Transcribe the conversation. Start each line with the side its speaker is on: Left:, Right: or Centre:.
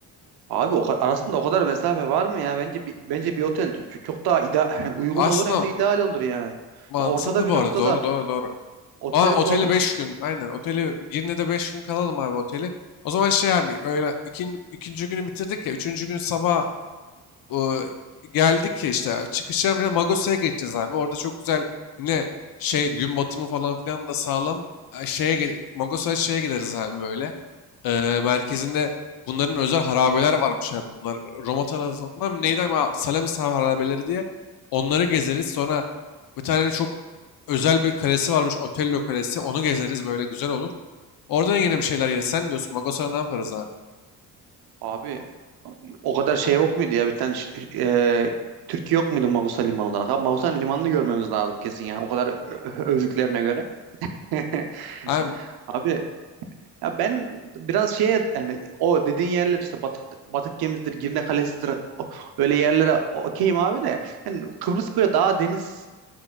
Right: Abi o ka- arasında o kadar mesafe var mı ya? Bence bi- bence bir otel ç- çok daha ida <laughs> hani uygun
Left: Aslında
Right: olur hem de ideal olur ya.
Left: mantıklı
Right: Ya Ortada bir
Left: bu
Right: noktada
Left: arada. Doğru doğru doğru.
Right: otel
Left: Aa oteli
Right: bulalım.
Left: beş gün. Aynen. Oteli Girne'de beş gün kalalım abi oteli. O zaman şey abi öyle ikin, ikinci günü bitirdik ya. Üçüncü gün sabah o, geldik ya işte çıkışa bile Magosa'ya geçeceğiz abi. Orada çok güzel yine şey gün batımı falan filan da sağlam. E, Şeye, ge- Magosa'ya şeye gideriz abi böyle. E, merkezinde bunların özel harabeler varmış abi. Bunlar Roma tarafından neydi ama Salamis harabeleri diye. Onları gezeriz. Sonra bir tane çok özel bir kalesi varmış. Otello Kalesi. Onu gezeriz böyle güzel olur. Orada yine bir şeyler yeriz. Sen ne diyorsun Magosa'ya ne yaparız abi?
Right: Abi o kadar şey yok muydu ya bir tane ş- e, Türkiye yok muydu Magusa Limanı olarak? Abi Magusa Limanı'nı görmemiz lazım kesin yani o kadar ö- ö- övdüklerine göre. <laughs>
Left: Abi,
Right: Abi Ya ben biraz şeye yani o dediğin yerler işte Batık Batık Gemisidir, Girne Kalesi'dir o- öyle yerlere okeyim abi de yani Kıbrıs böyle daha deniz